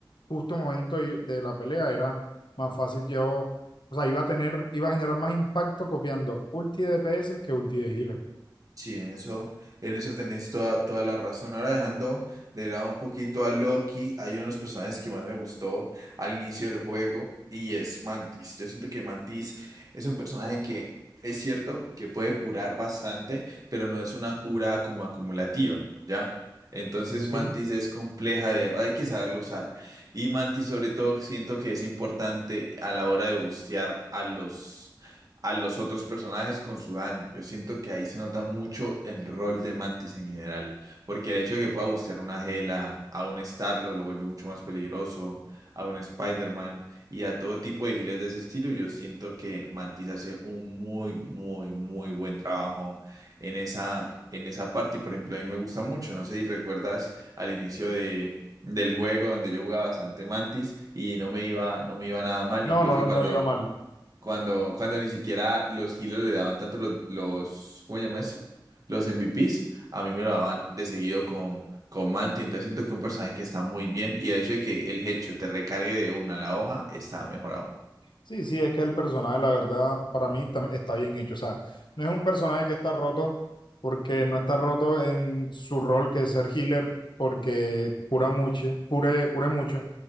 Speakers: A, on the left; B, on the right.
A: justo momento y- de la pelea era más fácil yo, o sea, iba a tener, iba a generar más impacto copiando ulti de DPS que ulti de healer.
B: Sí, en eso, en eso tenés toda, toda la razón. Ahora dejando de lado un poquito a Loki, hay uno de los personajes que más me gustó al inicio del juego y es Mantis. Yo siento que Mantis es un personaje que es cierto que puede curar bastante, pero no es una cura como acumulativa, ¿ya? Entonces
A: ¿no? ¿Sí?
B: Mantis es compleja de, hay que saberlo usar. Y Mantis sobre todo siento que es importante a la hora de bustear a los a los otros personajes con su daño. Yo siento que ahí se nota mucho el rol de Mantis en general, porque el hecho de que pueda buscar una Gela, a un Starlo lo vuelve mucho más peligroso, a un Spider-Man y a todo tipo de giles de ese estilo, yo siento que Mantis hace un muy, muy, muy buen trabajo en esa, en esa parte. Y por ejemplo, a mí me gusta mucho, no sé si recuerdas al inicio de... del juego donde yo jugaba bastante Mantis y no me iba, no me iba nada mal,
A: No,
B: incluso
A: no,
B: cuando
A: no iba mal.
B: cuando, cuando ni siquiera los hilos le daban tanto los, los, ¿cómo se llama eso? Los MVPs, a mí me lo daban de seguido con, con Manti, entonces siento que es un personaje que está muy bien y el hecho de que el hecho te recargue de una la hoja está mejor aún.
A: Sí, sí, es que el personaje, la verdad, para mí tam- está bien hecho. O sea, no es un personaje que está roto, porque no está roto en su rol que es ser healer, porque cura mucho, cure, cure mucho.